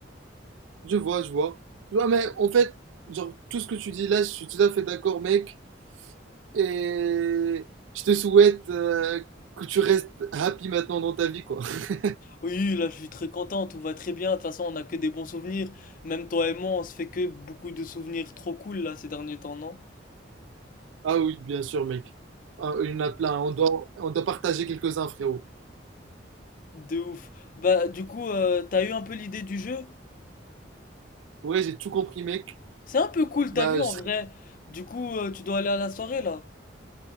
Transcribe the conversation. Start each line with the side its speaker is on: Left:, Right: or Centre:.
Right: Je vois, je vois. Je vois, mais en fait, genre, tout ce que tu dis là, je suis tout à fait d'accord, mec. Et je te souhaite euh, que tu restes happy maintenant dans ta vie, quoi. <laughs>
Left: Oui, là, je suis très content, tout va très bien. De toute façon, on a que des bons souvenirs. Même toi et moi, on se fait que beaucoup de souvenirs trop cool là ces derniers temps, non?
Right: Ah oui, bien sûr, mec. Ah, Il y en a plein. On doit, on doit partager quelques-uns, frérot.
Left: De ouf. Bah, du coup, euh, t'as eu un peu l'idée du jeu?
Right: Ouais, j'ai tout compris, mec.
Left: C'est un peu cool,
Right: Bah,
Left: t'as vu
Right: je
Left: en
Right: serais-
Left: vrai. Du coup, euh, tu dois aller à la soirée là.